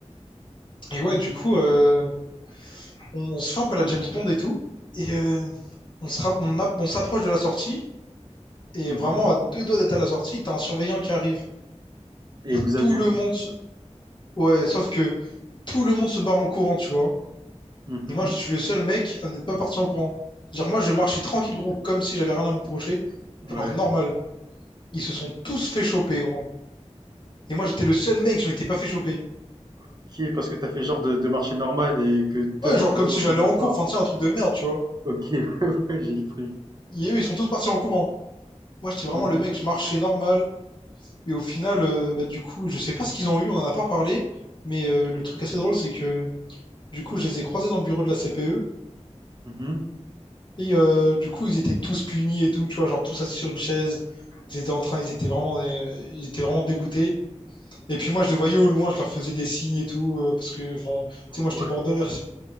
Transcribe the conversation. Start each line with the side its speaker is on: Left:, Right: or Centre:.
Left: et ouais, du coup, euh, on, on se fait un peu la James Bond et tout. Et euh, on se rapp- on app- on s'approche de la sortie. Et
Right: Mmh
Left: vraiment, à deux doigts d'être à la sortie, t'as un surveillant qui arrive.
Right: et
Left: Et
Right: vous avez
Left: tout
Right: vu?
Left: le monde se... Ouais, sauf que tout le monde se barre en courant, tu vois.
Right: Mmh
Left: Et moi, je suis le seul mec à n'être pas parti en courant. Genre, moi, je marchais tranquille, gros, comme si j'avais rien à me reprocher.
Right: Ouais.
Left: Genre, normal. Ils se sont tous fait choper, gros. Et moi, j'étais le seul mec, je m'étais pas fait choper.
Right: OK, parce que t'as fait genre de de marcher normal et que toi,
Left: Ouais,
Right: t'étais
Left: genre comme
Right: pas dans
Left: si
Right: ces
Left: j'allais
Right: histoires.
Left: en cours, enfin, tu sais, un truc de merde, tu vois.
Right: OK, <laughs> ouais, ouais, j'ai le truc.
Left: Et eux, ils sont tous partis en courant. Moi, j'étais vraiment
Right: Mmh
Left: le
Right: mh.
Left: mec, je marchais normal. Et au final, euh, bah, du coup, je sais pas ce qu'ils ont eu, on en a pas parlé. Mais euh, le truc assez drôle, c'est que du coup, je les ai croisés dans le bureau de la CPE.
Right: Mmh
Left: Et euh, du coup, ils étaient tous punis et tout, tu vois, genre tous assis sur une chaise. Ils étaient en train, ils étaient vraiment, euh, ils étaient vraiment dégoûtés. Et puis moi, je les voyais au loin, je leur faisais des signes et tout, euh, parce que, enfin, tu sais, moi, j'étais
Right: Ouais.
Left: mort de rire.